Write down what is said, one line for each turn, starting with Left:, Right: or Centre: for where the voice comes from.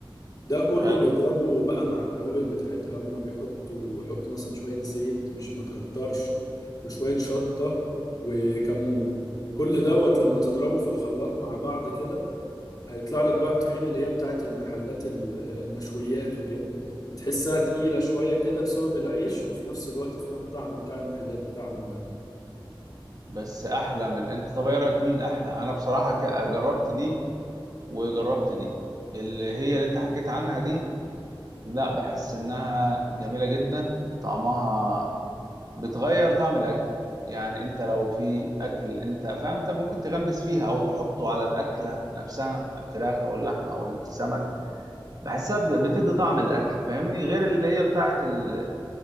Left: ده كله
Right: حلو
Left: بيضربه بقى مع التوابل بتاعتها هما بيحطوا يحط مثلا شوية زيت مش ما تكترش وشوية شطة وكمون كل دوت لما تضربه في الخلاط مع بعض كده هيطلع لك بقى الطحينة اللي هي بتاعت المحلات ال- المشويات وكده بتحسها تقيلة شوية كده بسبب العيش وفي نفس الوقت فيها الطعم بتاع المحلات بتاعهم ده
Right: بس احلى من انت طب ايه رايك مين احلى انا بصراحه ك- جربت دي وجربت دي اللي هي اللي انت حكيت عنها دي لا بحس انها جميله جدا طعمها بتغير طعم الاكل يعني انت لو في اكل انت فاهم انت ممكن تغمس فيها او تحطه على الاكله نفسها الفراخ او اللحمه او السمك بحسها ب- بتدي طعم الاكل فاهمني غير اللي هي بتاعت ال...